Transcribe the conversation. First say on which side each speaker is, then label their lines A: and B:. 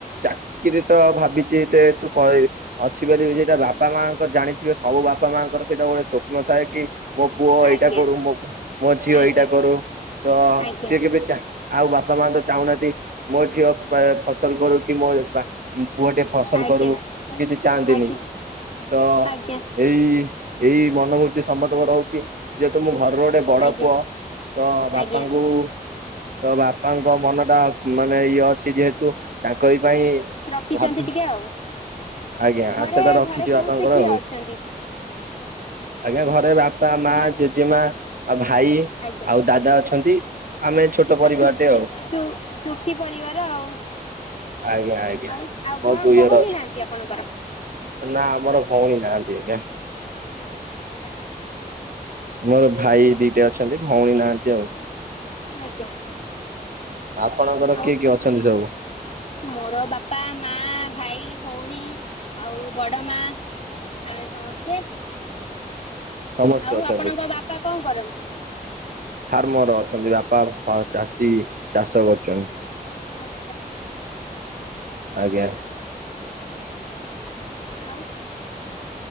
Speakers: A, on the right (about 70°); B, on the left (about 45°).
A: ଚାକିରି ତ ଭାବିଛି ତେ ତୁ କରିବି। ଅଛି ବୋଲି ଯେ ସେ ବାପା ମାଆଙ୍କ ଜାଣିଥିବ ସବୁ ବାପା ମାଆଙ୍କର ସେଟା ଗୋଟେ ସ୍ୱପ୍ନ ଥାଏ କି ମୋ ପୁଅ ଏଇଟା
B: ଆଜ୍ଞା
A: କରୁ, ମୋ ମୋ ଝିଅ
B: ଆଜ୍ଞା
A: ଏଇଟା କରୁ ତ
B: ଆଜ୍ଞା
A: ସିଏ କେ ରେ ଚା ଆଉ ବାପା ମା ତ ଚାହୁଁନାହାନ୍ତି ମୋ ଝିଅ ବେ-ଫସଲ କରୁ କି ମୋ ବା ଉଁ, ପୁଅଟେ ଫସଲ
B: ଆଜ୍ଞା
A: କରୁ କିଛି ଚାହାନ୍ତିନି,
B: ଆଜ୍ଞା
A: ତ
B: ଆଜ୍ଞା
A: ଏଇ ଏଇ ମନୋଭୃର୍ତ୍ତି ସମସ୍ତଙ୍କ ରହୁଛି, ଯେହେତୁ ମୁଁ ଘରର ଗୋଟେ ବଡ
B: ଆଜ୍ଞା
A: ପୁଅ ତ ବାପାଙ୍କୁ
B: ଆଜ୍ଞା
A: ତ ବାପାଙ୍କ ମନ ଟା ଉଁ, ମାନେ ଇଏ ଅଛି ଯେହେତୁ ତାଙ୍କରି ପାଇଁ
B: ଖିଚନ୍ତି
A: ଭାବି
B: ଟିକେ ଆଉ,
A: ଆଜ୍ଞା
B: ଘରେ
A: ଆଶା ଟା ରଖିଛି
B: ଘରେ ସମସ୍ତେ
A: ବାପାଙ୍କର
B: କିଏ
A: ଆଉ
B: ଅଛନ୍ତି?
A: ଆଜ୍ଞା ଘରେ ବାପା, ମା,
B: ଘରେ
A: ଜେଜେମା ଆଉ ଭାଇ
B: ଆଜ୍ଞା
A: ଆଉ ଦାଦା ଅଛନ୍ତି ଆମେ
B: ଆ,
A: ଛୋଟ ପରିବାରଟେ
B: ସୁଖି
A: ଆଉ
B: ସୁ- ସୁଖୀ ପରିବାର ଆଉ।
A: ଆଜ୍ଞା, ଆଜ୍ଞା
B: ଆଉ ଆଉ
A: ବହୁତ
B: ଭ ଭଉଣୀ
A: ଇଏର ଅଛୁ।
B: ନାହାନ୍ତି ଆପଣଙ୍କର?
A: ନା ଆମର ଭଉଣୀ ନାହାନ୍ତି ଆଜ୍ଞା।
B: ଆ,
A: ମୋର ଭାଇ ଦିଟା ଅଛନ୍ତି, ଭଉଣୀ ନାହାନ୍ତି ଆଉ।
B: ଆଜ୍ଞା,
A: ଆପଣଙ୍କର
B: ଆଉ
A: କିଏ କିଏ ଅଛନ୍ତି ସବୁ
B: ମୋର ବାପା, ମା, ଭାଇ, ଭଉଣୀ ଆଉ ବଡ ମା ଆମେ ସମସ୍ତେ
A: ସମସ୍ତେ
B: ଆଉ
A: ଅଛନ୍ତି।
B: ଆପଣଙ୍କ ବାପା କଣ କରନ୍ତି?
A: ଫାର୍ମର୍ ଅଛନ୍ତି ବାପା ଅ, ଚାଷୀ ଚାଷ କରୁଛନି।
B: ଆଚ୍ଛା।
A: ଆଜ୍ଞା।
B: ଆଉ।